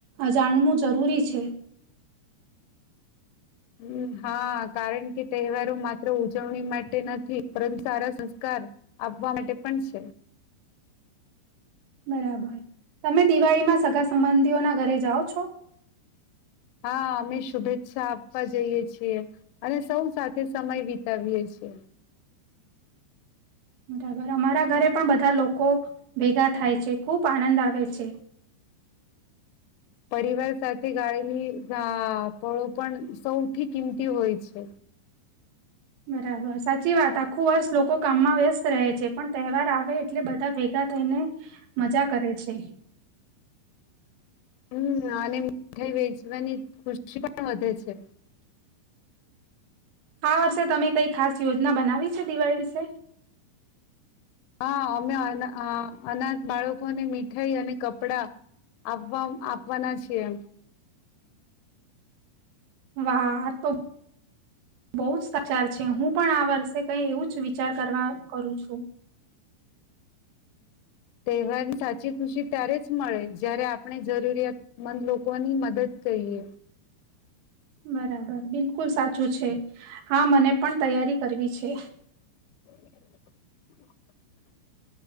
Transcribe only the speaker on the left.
હમ્મ હા કારણ કે તહેવારો માત્ર ઉજવણી માટે નથી પરંતુ સારા સંસ્કાર આપવા માટે પણ છે.
હા અમે શુભેચ્છા આપવા જઈએ છીએ, અને સૌ સાથે સમય વિતાવીએ છીએ.
પરિવાર સાથે ગાળની પળો પણ સૌથી કિંમતી હોય છે.
હમ અને મીઠાઈ વેચવાની ખુશી પણ વધે છે.
હા અમે અનાથ બાળકોને મીઠાઈ અને કપડા, આપવા આપવાના છીએ.
તહેવાર સાચી ખુશી ત્યારે જ મળે જ્યારે આપણે જરૂરિયાતમંદ લોકોની મદદ કહીએ.
<inaudible>